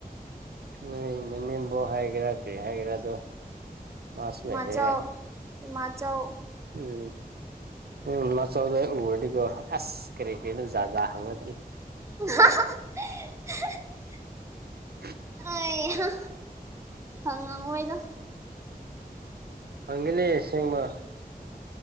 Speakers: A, on the right; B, on the right.
A: ꯅ ꯅꯅꯦꯦꯝꯕꯨ ꯍꯥꯏꯒꯦꯔꯥ ꯀꯔꯤ ꯍꯥꯏꯒꯦꯔꯥꯗꯣ ꯃꯥꯁꯅꯦꯔꯦ
B: ꯃꯥꯆꯧ ꯏꯃꯥꯆꯧ
A: ꯎꯝ ꯎꯝ ꯃꯆꯧꯗ ꯎꯔꯗꯤꯀꯣ ꯑꯁ ꯀ꯭ꯔꯤꯀꯦꯠ ꯖꯥꯖ ꯍꯪꯉ ꯆ
B: ꯑ
A: ꯎ
B: ꯑꯍ ꯍꯪꯉꯣꯏꯗ
A: ꯍꯪꯒꯂꯤ ꯁꯤꯃ